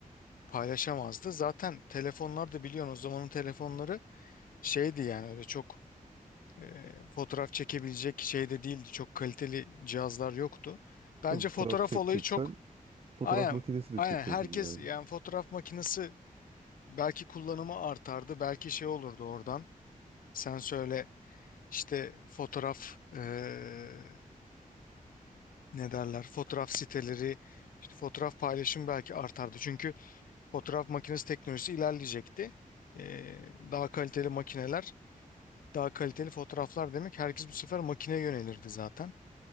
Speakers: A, on the left; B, on the right.
A: paylaşamazdı. Zaten telefonlar da biliyorsun o zamanın telefonları şeydi yani öyle çok e, fotoğraf çekebilecek şey de değildi. Çok kaliteli cihazlar yoktu. Bence
B: Tabii fotoğraf
A: fotoğraf
B: çekeceksen
A: olayı çok
B: fotoğraf
A: aynen
B: makinesiyle
A: aynen
B: çekiyordun
A: herkes
B: yani.
A: yani fotoğraf makinesi belki kullanımı artardı belki şey olurdu oradan. Sen söyle İşte fotoğraf eee, ne derler fotoğraf siteleri işte fotoğraf paylaşım belki artardı. Çünkü fotoğraf makinesi teknolojisi ilerleyecekti. Eee, daha kaliteli makineler, daha kaliteli fotoğraflar demek herkes bu sefer makineye yönelirdi zaten.